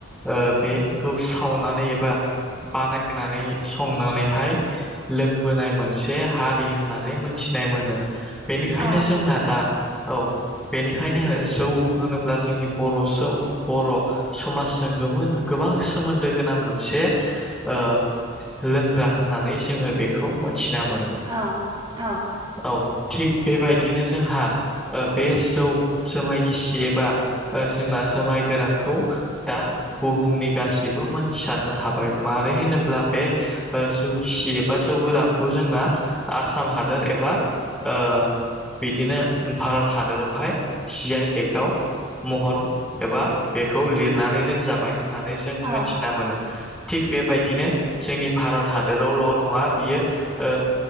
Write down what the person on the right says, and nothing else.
औ
नंगौ
औ औ
औ